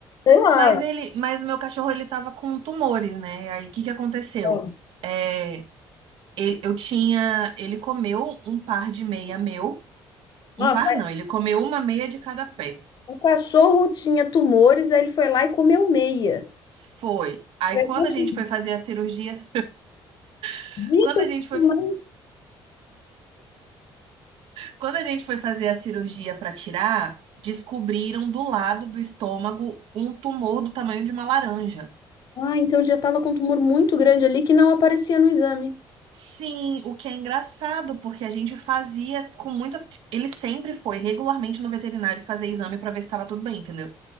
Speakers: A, on the left (about 50°); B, on the right (about 80°).
A: Sei lá.
B: Mas ele, mas o meu cachorro, ele tava com tumores, né? Aí o que que aconteceu?
A: é.
B: É, ele- eu tinha, ele comeu um par de meia meu.
A: Nossa.
B: Um par não, ele comeu uma meia de cada pé.
A: O cachorro tinha tumores, aí ele foi lá e comeu meia.
B: Foi. Aí
A: Eu
B: quando
A: não
B: a gente foi fazer a cirurgia, <laughs>
A: acredito,
B: quando a gente foi,
A: mas...
B: quando a gente foi fazer a cirurgia para tirar, descobriram do lado do estômago um tumor do tamanho de uma laranja.
A: Ah, então ele já estava com um tumor muito grande ali que não aparecia no exame.
B: Sim, o que é engraçado, porque a gente fazia com muita. Ele sempre foi regularmente no veterinário fazer exame para ver se estava tudo bem, entendeu?